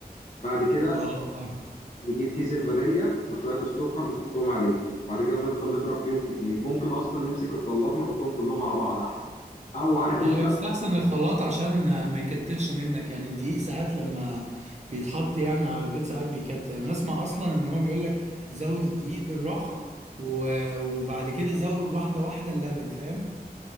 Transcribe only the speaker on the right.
اه فاهم
اه
يستحسن الخلاط عشان آه، ما يكتلش منك يعني الدقيق ساعات لما بيتحط يعني على البيض ساعات بيكتل انا اسمع اصلا ان هو بيقول لك زود الدقيق بالراحة و- وبعد كده زود واحدة واحدة اللبن فاهم